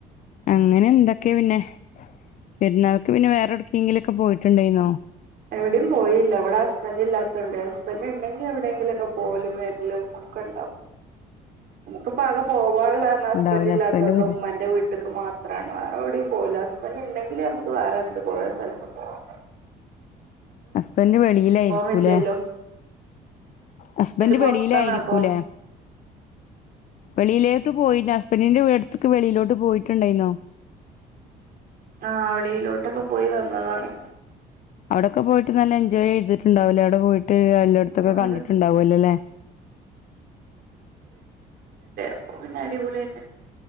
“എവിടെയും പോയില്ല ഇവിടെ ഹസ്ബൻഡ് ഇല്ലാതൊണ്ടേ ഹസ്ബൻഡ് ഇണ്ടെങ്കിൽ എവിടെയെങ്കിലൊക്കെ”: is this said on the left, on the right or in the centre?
Right